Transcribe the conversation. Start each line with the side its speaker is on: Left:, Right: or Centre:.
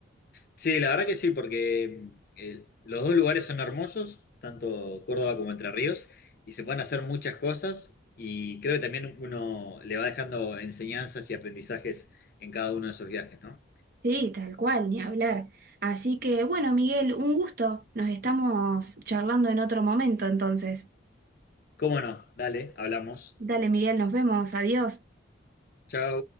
Left: Sí, la verdad que sí, porque eh, los dos lugares son hermosos, tanto Córdoba como Entre Ríos, y se pueden hacer muchas cosas, y creo que también uno le va dejando enseñanzas y aprendizajes en cada uno de esos viajes, ¿no?
Right: Sí, tal cual, ni hablar. Así que bueno, Miguel, un gusto. Nos estamos charlando en otro momento, entonces.
Left: ¿Cómo no? Dale, hablamos.
Right: Dale, Miguel, nos vemos, adiós.
Left: Chao.